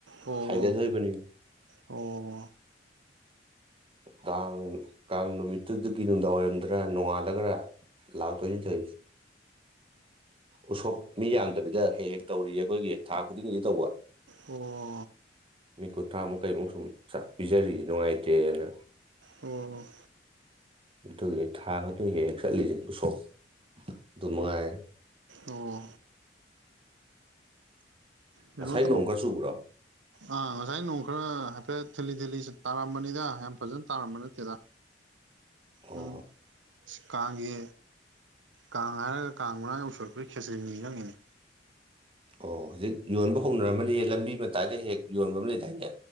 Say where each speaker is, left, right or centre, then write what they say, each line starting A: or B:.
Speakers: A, on the right; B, on the right.
A: ꯑꯣ
B: ꯍꯥꯏꯗꯗꯣꯔꯤꯕꯅꯤ
A: ꯑꯣ
B: ꯀꯥꯡ ꯀꯥꯡ ꯅꯨꯃꯤꯠꯇꯨꯒꯤ ꯅꯨꯡꯗꯥꯡ ꯋꯥꯏꯔꯝꯗ꯭ꯔꯥ ꯅꯣꯡꯉꯥꯜꯂꯒ꯭ꯔ ꯂꯥꯛꯇꯣꯏꯅꯤ ꯇꯧꯔꯤꯁꯦ ꯎꯁꯣꯞ ꯃꯤ ꯌꯥꯡꯗꯕꯤꯗ ꯍꯦꯛ ꯍꯦꯛ ꯇꯧꯔꯤꯌꯦ ꯑꯩꯈꯣꯏꯒꯤ ꯊꯥ ꯈꯨꯗꯤꯡꯒꯤ ꯇꯧꯕ
A: ꯑꯣ
B: ꯃꯤ ꯀꯨꯟꯊ꯭ꯔꯥꯃꯨꯛ ꯀꯩꯃꯨꯛ ꯁꯨꯝ ꯄꯤꯖꯔꯤꯌꯦ ꯅꯨꯡꯉꯥꯏꯇꯅ
A: ꯎꯝ
B: ꯑꯗꯨꯒꯤ ꯊꯥ ꯈꯨꯗꯤꯡ ꯍꯦꯛ ꯍꯦꯛ ꯆꯠꯂꯤꯁꯦ ꯎꯁꯣꯛ ꯑꯗꯨ ꯃꯉꯥꯏꯔꯦ
A: ꯑꯣ ꯐꯅꯣ
B: ꯉꯁꯥꯏ
A: ꯇ
B: ꯅꯣꯡ ꯈꯔ ꯆꯨꯕ꯭ꯔꯣ
A: ꯑꯥ ꯉꯁꯥꯏ ꯅꯣꯡ ꯈꯔ ꯍꯥꯏꯐꯦꯠ ꯊꯤꯂꯤ ꯊꯤꯂꯤ ꯇꯥꯔꯝꯕꯅꯤꯗ ꯌꯥꯝ ꯐꯖꯅ ꯇꯥꯔꯝꯕ ꯅꯠꯇꯦꯗ
B: ꯑꯣ
A: ꯎꯝ ꯀꯥꯡꯁꯤ ꯀꯥꯡ ꯍꯥꯏꯔꯒ ꯀꯥꯡ ꯃꯥꯡ ꯎꯁꯣꯔꯛꯄꯒꯤ ꯈꯦꯇ꯭ꯔꯤꯅꯤ ꯆꯪꯉꯅꯤ
B: ꯑꯣ ꯍꯧꯖꯤꯛ ꯌꯣꯟꯕ ꯍꯧꯅꯔꯝꯕꯅꯤꯌꯦ ꯂꯝꯕꯤ ꯃꯇꯥꯏꯗ ꯍꯦꯛ ꯌꯣꯟꯕ ꯑꯃ ꯂꯩꯗꯥꯏꯅꯦ